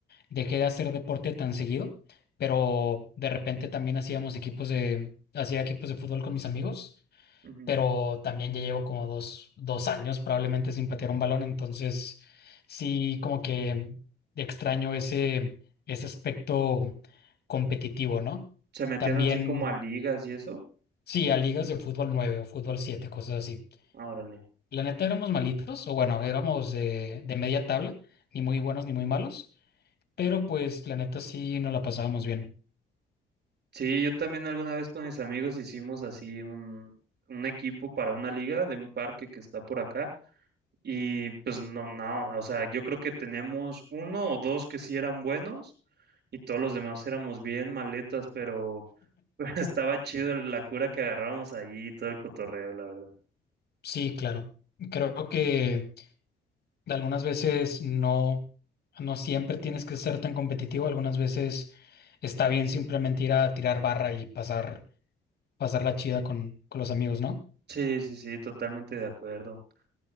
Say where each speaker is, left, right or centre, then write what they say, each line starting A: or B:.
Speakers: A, on the left (about 55°); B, on the right (about 60°).
A: dejé de hacer deporte tan seguido, pero de repente también hacíamos equipos de, hacía equipos de fútbol con mis amigos,
B: Ujú.
A: pero también ya llevo como dos, dos años probablemente sin patear un balón, entonces sí como que extraño ese, ese aspecto competitivo, ¿no?
B: Se metían
A: También
B: así como a ligas y eso.
A: sí a ligas de fútbol 9, o fútbol 7, cosas así.
B: Ah, Órale.
A: La neta éramos malitos, o bueno, éramos de, de media tabla, ni muy buenos ni muy malos, pero pues la neta sí nos la pasábamos bien.
B: Sí, yo también alguna vez con mis amigos hicimos así un, un equipo para una liga de un parque que está por acá y pues no, no, o sea, yo creo que teníamos uno o dos que sí eran buenos y todos los demás éramos bien maletas, pero, <laughs> pero estaba chido la cura que agarrábamos allí y todo el cotorreo, la verdad.
A: Sí, claro. Creo que algunas veces no, no siempre tienes que ser tan competitivo, algunas veces está bien simplemente ir a tirar barra y pasar, pasar la chida con, con los amigos, ¿no?
B: Sí, sí, sí, totalmente de acuerdo.